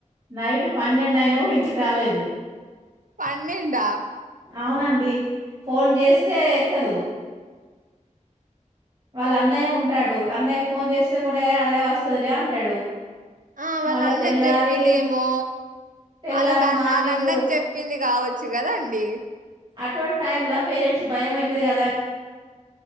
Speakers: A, on the right (about 40°); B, on the right (about 85°).
A: నైటు పన్నెండు అయినా కూడా ఇంటికి రాలేదు
B: పన్నెండు ఆ
A: అవునండి ఫోన్ చేస్తే ఎత్తదు వాళ్ళ అన్నయ్య ఉంటాడు అన్నయ్యకి ఫోన్ చేస్తే కూడా అదే వస్తది లే అంటాడు
B: ఆ వాళ్ళ
A: మళ్ళా
B: అన్నకి
A: తెల్లారి
B: చెప్పింది ఏమో
A: తెల్లారి
B: ఆళ్ళకు ఆ అన్న
A: మార్నింగ్
B: ఆళ్ల అన్నకి చెప్పింది కావచ్చు కదాండి
A: అటువంటి టైమ్లా పేరెంట్స్ కు భయం అవుతుంది కదా